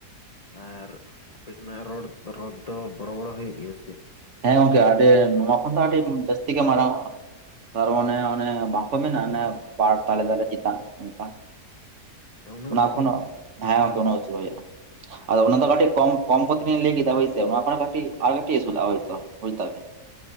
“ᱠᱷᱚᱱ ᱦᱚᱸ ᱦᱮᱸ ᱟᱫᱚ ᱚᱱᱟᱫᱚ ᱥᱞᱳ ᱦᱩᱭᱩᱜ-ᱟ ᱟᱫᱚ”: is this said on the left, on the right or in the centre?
Right